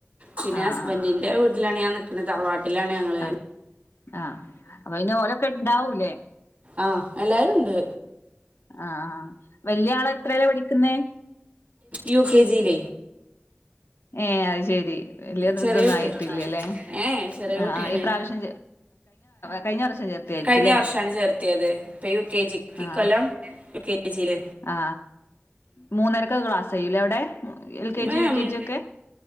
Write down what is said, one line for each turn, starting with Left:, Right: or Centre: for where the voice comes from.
Right: പിന്നെ
Left: ആഹ്
Right: ഹസ്ബൻഡിന്റെ വീട്ടിലാണ് ഞാൻ നിക്കുന്നത് തറവാട്ടിലാണ് ഞങ്ങള്
Left: ആ ആ അപ്പൊ ഓന്ക്കെ ഇണ്ടാവൂല്ലേ
Right: ആ എല്ലാരുംണ്ട്
Left: ആവല്യ ആള എത്രല്ല പഠിക്കുന്നേ
Right: യുക്കെ ജി ല
Left: ഏ അത് ശെരി വലിയത്തൊന്നും
Right: ചെറിയ കുട്ടി
Left: ആയിട്ടില്ലല്ലെ
Right: ഏഹ് ചെറിയ
Left: ആ
Right: കുട്ടിയാണ്
Left: ആ ഈ പ്രാവശ്യം കഴിഞ്ഞ ചേർത്ത ആയിരിക്കുംല്ലേ
Right: കഴിഞ്ഞ വർഷാണ് ചേർത്തിയത് ഇപ്പൊ യു കെ ജിക്ക് ഇക്കൊല്ലം
Left: ആ
Right: യു കെ ജിയില്
Left: ആ മൂന്നരക്ക ക്ലാസ് കഴിയില്ലേ അവിടെ L K G
Right: ആഹ്
Left: യു കെ ജി ഒക്കെ